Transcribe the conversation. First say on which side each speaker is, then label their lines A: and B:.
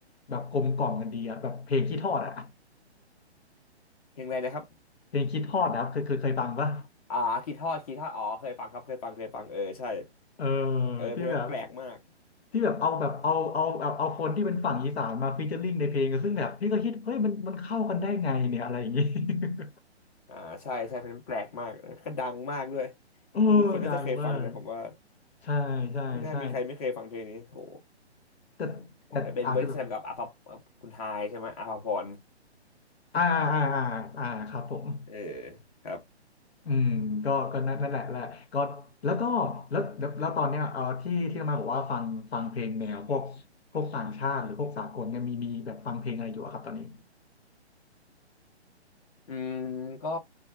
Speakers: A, on the left (about 65°); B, on the left (about 35°).
A: แบบกลมกล่อมกันดีอ่ะแบบเพลงขี้ทอดอ่ะ
B: เพลงอะไรนะครับ
A: เพลงขี้ทอดนะครับเคยเคยเคยฟังปะ
B: อ่าคีทอดคีทอดอ๋อเคยฟังครับเคยฟังเคยฟังเออใช่
A: เออ
B: เออเพลงนั้นแปลกมาก
A: ที่แบบที่แบบเอาแบบเอาเอาแบบเอาคนที่เป็นฝั่งอีสานมาฟีเจอริ่งในเพลงซึ่งแบบพี่ก็คิดเฮ้ยมันมันเข้ากันได้ไงเนี่ยอะไรอย่างงี้ <laughs>
B: อ่าใช่ใช่เพลงนั้นแปลกมากแล้วก็ดังมากด้วย
A: เออดังมาก
B: ทุกคนน่าจะเคยฟังนะผมว่า
A: ใช่ใช่ใช่
B: ไม่น่ามีใครไม่เคยฟังเพลงนี้โห
A: แต่แต่อาจจะแบบ
B: แต่เป็นเวอร์ชันกับอาภากับคุณทายใช่ไหมอาภาพร
A: อ่าอ่าอ่าอ่าครับผม
B: เออครับ
A: อืมก็ก็นั่นนั่นแหละแหละก็แล้วก็แล้วแล้วแล้วตอนเนี้ยเออที่ที่มาบอกว่าฟังฟังเพลงแนวพวกพวกต่างชาติหรือพวกสากลเนี่ยมีมีแบบฟังเพลงอะไรอยู่อะครับตอนนี้
B: อืมก็